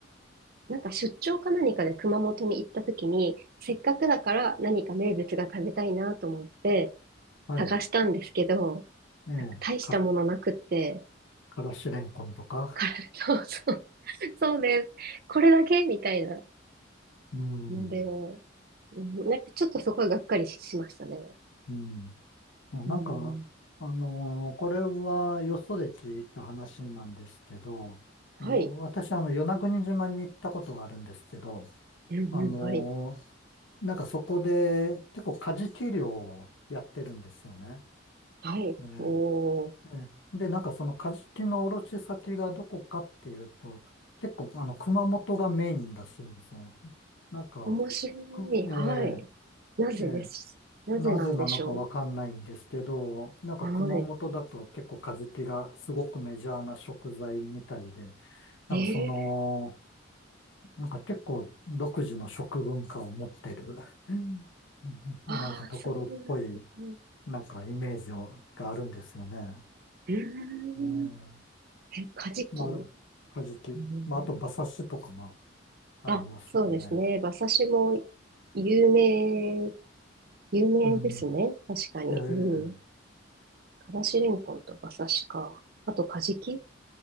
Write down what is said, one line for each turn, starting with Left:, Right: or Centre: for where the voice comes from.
Right: なんか出張か何かで熊本に行った時に、せっかくだから何か名物が食べたいなと思って、
Left: はい。
Right: 探したんですけど、
Left: ええ。
Right: 大したものなくって、
Left: か、からしれんこんとか。
Right: から <laughs> そうそう、<laughs> そうです。これだけみたいな
Left: うん。
Right: ので、うんなんかちょっとそこはがっかりし、しましたね。
Left: うん。いやなんか、
Right: うん、
Left: あのーこれはよそで聞いた話なんですけど、あの、
Right: はい。
Left: 私、あの、与那国島に行ったことがあるんですけど、
Right: うんうん、
Left: あのーなんかそこで結構カジキ漁をやってるんですよね。
Right: はい。はい。
Left: え
Right: おー、
Left: えええで、なんかそのカジキの卸先がどこかっていうと、結構あの熊本がメインらしいんですよね。なんか、
Right: 面白い。
Left: くええ
Right: はい。なぜです。
Left: ええ
Right: なぜなんでしょ
Left: なぜなのかわかんないんですけど、なんか熊本だと結構カジキがすごくメジャーな食材みたいで、
Right: う。は
Left: なんかその、
Right: い。えー、
Left: なんか結構独自の食文化を持ってる、うん
Right: ああ、
Left: なんかところっぽい、
Right: そうなんだ。う
Left: なんかイメージをがあるんですよね。
Right: ーん。
Left: ねえ
Right: え、カジキ。
Left: まあ、
Right: う
Left: カジキ。
Right: ん
Left: まあ、あと馬刺しとかもありますよね。
Right: あ、そうですね。馬刺しも有名、有名ですね。
Left: う
Right: 確かに。
Left: ん。ええ
Right: うん。からしれんこんと馬刺しか。あと、カジキ